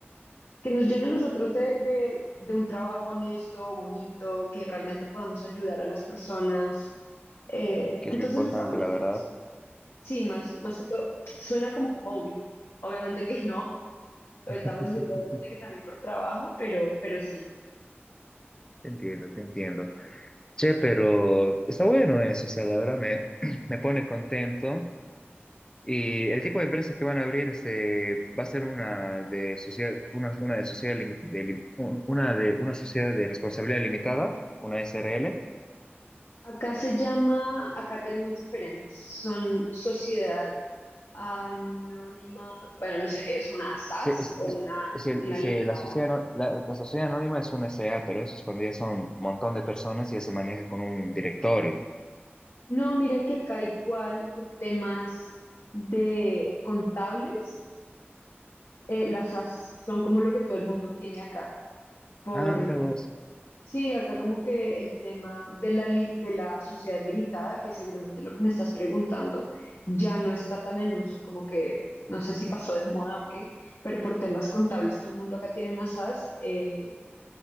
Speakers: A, on the left; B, on the left.
A: que nos llene a nosotros de, de, de un trabajo honesto, bonito, que realmente podamos ayudar a las personas. Eh,
B: que
A: entonces
B: es lo importante,
A: lo estamos
B: la
A: haciendo.
B: verdad.
A: Sí, más, más que todo, suena como hobby. Obviamente que no, lo
B: <laughs>
A: estamos haciendo obviamente que también por trabajo, pero, pero sí.
B: Te entiendo, te entiendo. Che, pero está bueno eso, o sea, la verdad me, <clears throat> me pone contento Y el tipo de empresas que van a abrir este, va a ser una de sociedad, una, una de sociedad limi- de lim- un- una de una sociedad de responsabilidad limitada, una SRL.
A: Acá se llama, acá tenemos diferentes, son sociedad anónima, bueno, no sé, es una SAS
B: Se- es-
A: o
B: es-
A: una,
B: se-
A: una
B: se-
A: limitada.
B: la sociedad, ano- la, la sociedad anónima es una SA, pero eso es cuando ya son un montón de personas y ya se maneja con un directorio.
A: No, mira que acá igual por temas de contables, eh, las SAS son como lo que todo el mundo tiene acá, por
B: Ah, mira vos.
A: Sí, acá como que el tema de la, li- de la sociedad limitada, que seguramente es lo que me estás preguntando, ya no está tan en uso, como que no sé si pasó de moda o qué, pero por temas contables todo el mundo acá tiene una SAS eh,